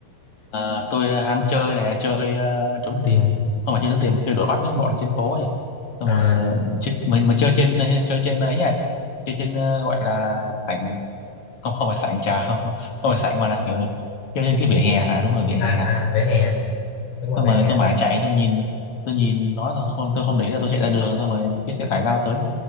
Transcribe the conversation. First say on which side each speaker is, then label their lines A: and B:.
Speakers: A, on the left; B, on the left.
A: À, tôi ham chơi này chơi ờ, trốn
B: ừ.
A: tìm không phải chơi trốn tìm mà chơi đuổi bắt với bọn trên phố ấy xong
B: à
A: rồi chơi, mình mình chơi trên chơi trên ấy nhỉ chơi trên ờ, gọi là sảnh không không phải sảnh trà <laughs> không, không phải sảnh mà là kiểu chơi trên cái vỉa hè à đúng rồi vỉa hè
B: à à vỉa hè đúng rồi
A: xong
B: vỉa
A: rồi
B: hè
A: tôi mãi chạy tôi nhìn tôi nhìn nó tôi không tôi không để ý là tôi chạy ra đường xong rồi cái xe tải lao tới